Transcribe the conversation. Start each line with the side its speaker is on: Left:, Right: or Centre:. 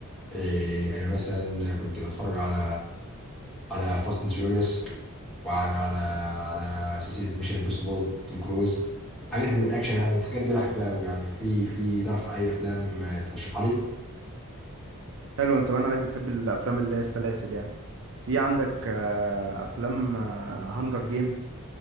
Centre: إيه انا مثلا كنت بتفرج على على فاست اند فيوريوس وعلى على على سلسله ميشن امبوسيبل توم كروز حاجات من الاكشن
Right: مم.
Centre: يعني الحاجات دي بحبها قوي يعني في في تعرف اي افلام آه، ترشحها لي
Right: حلو انت باين عليك بتحب الافلام اللي هي السلاسل يعني في عندك آه، افلام هانجر جيمز